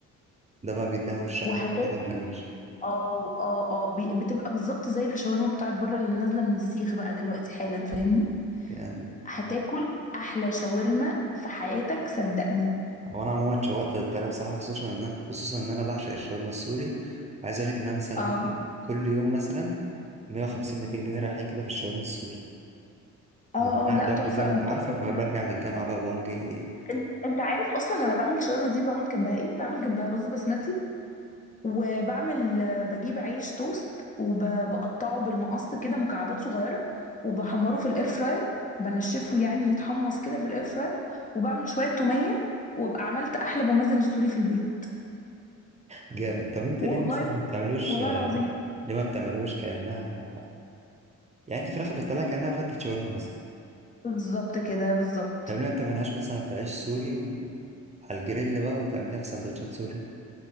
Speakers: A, on the right; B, on the left.
A: ده بقى بيديها وش أحمر
B: وهتاكل
A: كده مقرمش
B: اه اه اه بي- بتبقى بالظبط زي الشاورما بتاعت بره اللي نازله من السيخ بقى دلوقتي حالا فاهمني
A: جامد
B: هتاكل احلى شاورما في حياتك صدقني
A: هو أنا عموما اتشوقت للطريقة بصراحة خصوصا إن أنا- خصوصا إن أنا بعشق الشاورما السوري وعايز أقول لك إن أنا مثلا
B: اه
A: ممكن كل يوم مثلا 150 200 جنيه رايحين كده في الشاورما السوري
B: اه
A: لأن أنا قاعد
B: اه لا
A: لوحدي
B: تحفه
A: زي
B: قوي
A: ما أنت
B: تحفه
A: عارفة فبرجع
B: بصراحه
A: من الجامعة بقى بقوم جاي إيه
B: انت انت عارف اصلا انا بعمل شاورما دي بعمل جنبها ايه بعمل جنبها رز بسمتي وبعمل آه، بجيب عيش توست وبقطعه بالمقص كده مكعبات صغيره وبحمره في الاير فراير بنشفه يعني يتحمص كده في الاير فراير وبعمل شويه توميه وابقى عملت احلى بومازن السوري في البيت
A: جامد طب أنت
B: والله
A: ليه مثلا ما بتعملوش
B: والله العظيم
A: ليه ما بتعملوش كأنها يعني انت في الاخر بتطلعها كانها فتة شاورما مثلا
B: بالظبط كده بالظبط
A: طب ليه ما بتعملهاش مثلا في عيش سوري و- وعلى الجريل بقى وتعمليها في سندوتشات سوري